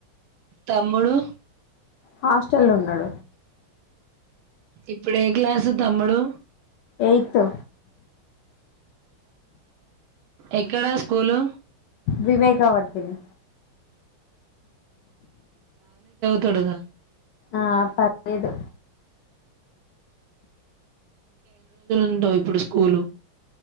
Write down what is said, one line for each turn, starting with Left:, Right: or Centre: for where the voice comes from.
Right: తమ్ముడు
Left: హాస్టల్లొ ఉన్నాడు.
Right: ఇప్పుడు ఏ క్లాసు తమ్ముడు
Left: ఎయిత్తు
Right: ఎక్కడస్ కూలు
Left: వివేకావర్దిని
Right: తొడుగా
Left: ఆ పర్లేదు.
Right: ఉందా ఇప్పుడు స్కూలు